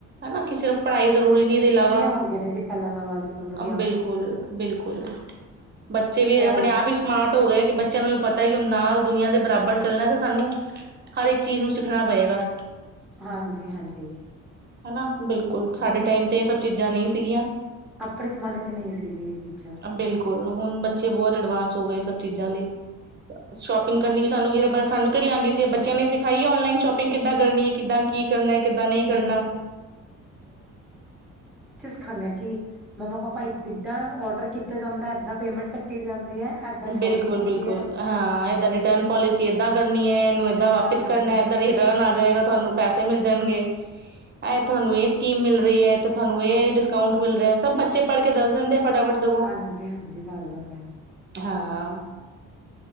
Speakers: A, on the right (about 35°); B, in the centre.
A: ਹਨਾ ਕਿ ਸਿਰਫ਼ ਪੜ੍ਹਾਈ ਜ਼ਰੂਰੀ ਨਹੀਂ ਇਹਦੇ ਇਲਾਵਾ
B: ਹੋ ਗਏ ਨੇ ਜੀ ਪਹਿਲਾਂ ਨਾਲੋਂ ਅੱਜ ਕੱਲ ਵਧੀਆ
A: ਬਿਲਕੁਲ-ਬਿਲਕੁਲ ਬੱਚੇ ਵੀ ਆਪਣੇ
B: ਔਨ
A: ਆਪ ਹੀ ਸਮਾਰਟ ਹੋਇਆ ਕਿ ਬੱਚਿਆਂ ਨੂੰ ਵੀ ਪਤਾ ਕਿ ਨਾਲ ਦੁਨੀਆਂ ਦੇ ਬਰਾਬਰ ਚੱਲਣਾ ਤੇ ਸਾਨੂੰ ਹਰ ਇੱਕ ਚੀਜ਼ ਨੂੰ ਸਿੱਖਣਾ ਪਏਗਾ
B: ਹਾਂਜੀ ਹਾਂਜੀ
A: ਹਨਾ ਬਿਲਕੁਲ ਸਾਡੇ
B: ਜ
A: ਟਾਈਮ ਤੇ ਇਹ ਸਭ ਚੀਜ਼ਾਂ ਨਹੀਂ ਸੀਗੀਆਂ।
B: ਆਪਣੇ ਜਮਾਨੇ ਚ ਨਹੀਂ ਸੀ ਜੀ ਇਹ ਚੀਜ਼ਾਂ
A: ਬਿਲਕੁਲ ਹੁਨ ਬੱਚੇ ਬਹੁਤ ਅਡਵਾਂਸ ਹੋ ਗਏ ਸਭ ਚੀਜ਼ਾਂ ਲਈ ਸ਼ੋਪਿੰਗ ਕਰਨੀ ਵੀ ਸਾਨੂੰ ਵੀ ਸਾਨੂੰ ਕਿਹੜੀ ਆਂਂਦੀ ਸੀ ਬੱਚਿਆਂ ਨੇ ਸਿਖਾਈ ਔਨਲਾਈਨ ਸ਼ੋਪਿੰਗ ਕਿੱਦਾਂ ਕਰਨੀ ਏ ਕਿੱਦਾਂ ਕੀ ਕਰਨਾ ਕਿੱਦਾਂ
B: <inaudible>
A: ਨਹੀਂ ਕਰਨਾ
B: ਸਿਖਾਨੇ ਆ ਕਿ ਮੰਮਾ ਪਾਪਾ ਏਦਾਂ ਔਡਰ ਕੀਤਾ ਜਾਂਦਾ ਏਦਾਂ ਪੇਮੈਂਟ ਕੱਟੀ ਜਾਂਦੀ ਹੈ ਏਦਾਂ ਸ਼ੋਪਿੰਗ
A: ਬਿਲਕੁਲ
B: ਹੁੰਦੀ
A: ਬਿਲਕੁਲ
B: ਹੈ
A: ਹਾਂ ਇਹ ਤਾ ਰਿਟਰਨ ਪੋਲਿਸੀ ਏਦਾਂ ਕਰਨੀ ਏ ਇਹਨੂੰ ਏਦਾਂ
B: ਰਿਟਰਨ
A: ਵਾਪਸ ਕਰਨਾ
B: ਏਦਾਂ
A: ਰਿਟਰਨ ਆ ਜਾਏਗਾ ਤੁਹਾਨੂੰ ਪੈਸੇ ਮਿਲ ਜਾਨਗੇ ਇਹ ਤੁਹਾਨੂੰ ਸਕੀਮ ਮਿਲ ਰਹੀ ਏ ਇਥੇ ਤੁਹਾਨੂੰ ਇਹ ਡਿਸਕਾਊਂਟ ਮਿਲ ਰਿਹਾ ਸਭ ਬੱਚੇ ਪੜ੍ਹ ਕੇ ਦੱਸ ਦਿੰਦੇ ਫਟਾਫਟ ਸਗੋਂ।
B: ਹਾਂਜੀ ਹਾਂਜੀ ਦੱਸ ਦਿੰਨੇ ਆ
A: ਹਾਂ